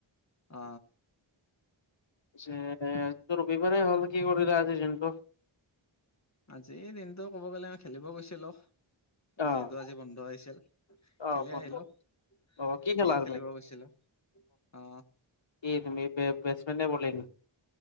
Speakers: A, on the left; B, on the left.
A: অ
B: পিছে আজি ত ৰবিবাৰে হ'ল কি কৰিলা আজি দিনটো
A: আজিৰ দিনটো ক'ব গ'লে মই খেলিব গৈছিলো
B: অ',
A: যিহেতু আজি বন্ধ আহিছিল।
B: অ',
A: খেলি
B: বন্ধ।
A: আহিলো ক্ৰিকেট
B: অ', কি খেলা তুমি?
A: খেলিব গৈছিলো অ
B: এই তুমি বে বেটছমেন নে বলিঙ?